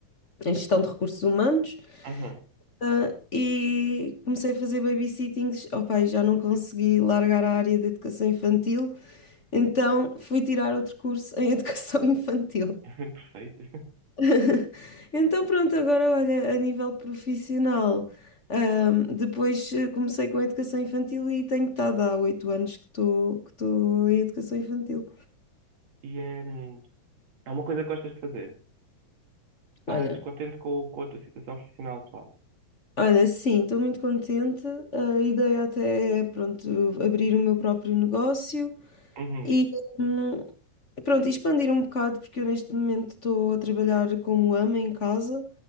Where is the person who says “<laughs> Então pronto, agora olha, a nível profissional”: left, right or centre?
Left